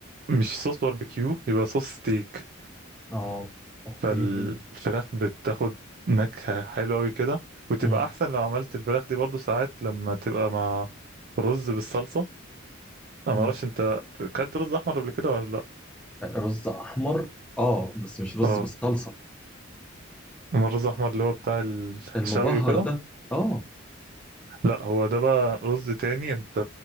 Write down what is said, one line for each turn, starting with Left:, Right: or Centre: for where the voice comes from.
Right: مش صوص باربيكيو يبقى صوص ستيك
Centre: اه اوكي
Right: فالفراخ بتاخد نكهة حلوة أوي كده وتبقى
Centre: امم
Right: أحسن لو عملت الفراخ دي برضو ساعات لما تبقى مع رز بالصلصة أنا
Centre: امم
Right: معرفش أنت أكلت رز أحمر قبل كده ولا لأ
Centre: رز احمر اه بس مش رز
Right: اه
Centre: بالصلصه
Right: أما الرز الأحمر اللي هو بتاع
Centre: المبهر
Right: الشوي وكده
Centre: ده اه
Right: لأ هو ده بقى رز تاني أنت